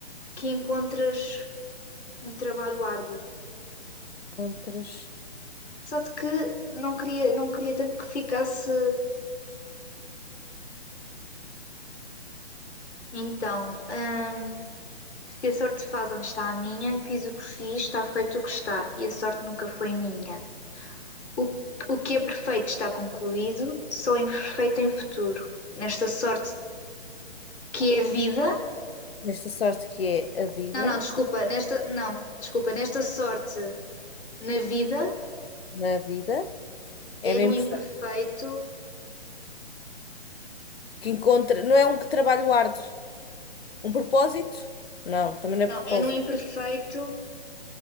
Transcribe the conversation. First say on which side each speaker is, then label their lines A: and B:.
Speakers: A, on the left; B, on the left.
A: que encontras um trabalho árduo.
B: Contras.
A: Apesar de que não queria, não queria tanto que ficasse. Então, hum, se a sorte faz onde está a minha, fiz o que fiz, está feito o que está, e a sorte nunca foi minha. O, o que é perfeito está concluído, só é imperfeito em futuro. Nesta sorte que é vida.
B: Desta sorte que é a vida,
A: Não, não, desculpa, nesta. Não, desculpa, nesta sorte na vida
B: na vida, é
A: é
B: no
A: no
B: imperfeito
A: imperfeito.
B: que encontra. Não é um trabalho árduo. Um propósito? Não, também não é
A: Não,
B: propósito.
A: é no imperfeito